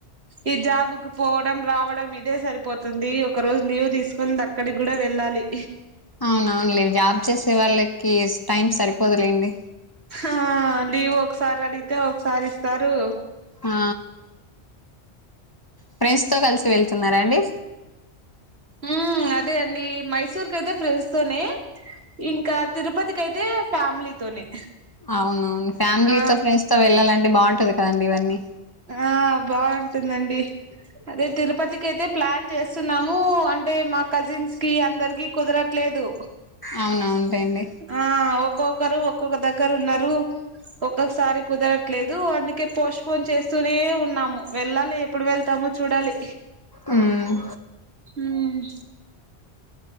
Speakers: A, on the right; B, on the left.
A: ఈ జాబుక్ పోవడం రావడం ఇదే సరిపోతుందీ ఒకరోజ్ లీవ్ దీస్కొన్ దాన్ అక్కడిగ్గుడ వెళ్ళాలి
B: ఔన్ ఔన్లే జాబ్ జేసే వాళ్ళకీ టైం సరిపోదులేండి
A: ఆ లీవ్ ఒకసారి అడిగితే ఒకసారి ఇస్తారు.
B: ఆ ఫ్రెండ్స్ తో కలిసి వెళ్తున్నారా అండి.
A: ఉ అదే అండి. మైసూర్ కయితే ఫ్రెండ్స్ తోనే ఇంకా తిరుపతికి అయితే ఫ్యామిలీతోనే,
B: అవునవును ఫ్యామిలీతో
A: ఆ
B: ఫ్రెండ్స్ తో వెళ్ళాలంటే బాగుంటాది కదండి. ఇవన్నీ
A: ఆ బాగుంటుందండి. అదే తిరుపతికి అయితే ప్లాన్ చేస్తున్నాము. అంటే మా కజిన్స్ కి, అందరికి, కుదరట్లేదు.
B: అవునవును ఉంటాయిడి
A: ఆ ఒక్కొక్కరు ఒక్కొక్క దగ్గరు ఉన్నారు. ఒక్కొక్కసారి కుదరట్లేదు. అందుకే పోస్ట్ పోన్ చేస్తూనే ఉన్నాము. వెళ్ళాలి. ఎప్పుడు వెళ్తామో చూడాలి.
B: హ్మ్మ్
A: హమ్